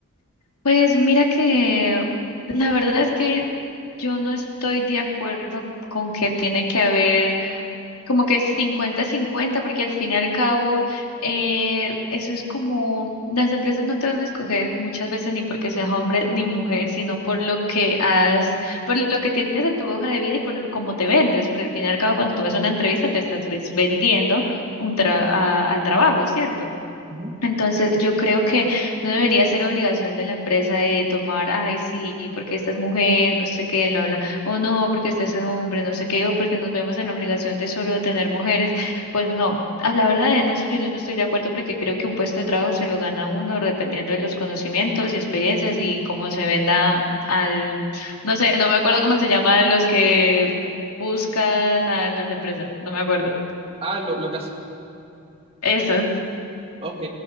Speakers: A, on the left; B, on the right.
A: Pues mira que la verdad es que yo no estoy de acuerdo con que tiene que haber como que cincuenta-cincuenta porque al fin y al cabo eh, eso es como las empresas no te van a escoger muchas veces ni porque seas hombre ni mujer, sino por lo que has, por lo que tienes en tu hoja de vida y por lo- cómo te vendes, porque al fin y al cabo cuando tú haces una entrevista te estás ves- vendiendo un tra- a- al trabajo, ¿cierto?
B: Ujú.
A: Entonces yo creo que no debería ser obligación de la empresa de tomar, ay, sí, porque esta es mujer, no sé qué, bla, bla, o no, porque este es hombre, no sé qué, o porque nos vemos en la obligación de solo tener mujeres. Pues no, a la verdad en eso sí no estoy de acuerdo porque creo que un puesto de trabajo se lo gana uno dependiendo de los conocimientos y experiencias y cómo se venda al, no sé, no me acuerdo cómo se llaman los que buscan a las empresas, no me acuerdo.
B: Ah, lo, lo
A: Eso,
B: Ok,